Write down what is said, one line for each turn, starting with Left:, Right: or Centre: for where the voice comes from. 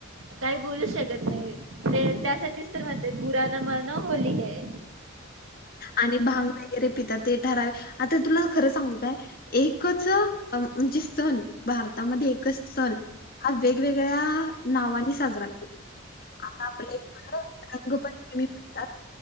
Right: काही बोलू शकत नाही ते त्यासाठीच तर म्हणते बुरा ना मानो होली है
Left: आणि भांग वगैरे पितात ते ठरावे आता तुला खरं सांगू काय एकच हा म्हणजे सण भारतामध्ये एकच सण हा वेगवेगळ्या नावाने साजरा केला जातो आता आपल्या इकड रंगपंचमी म्हणतात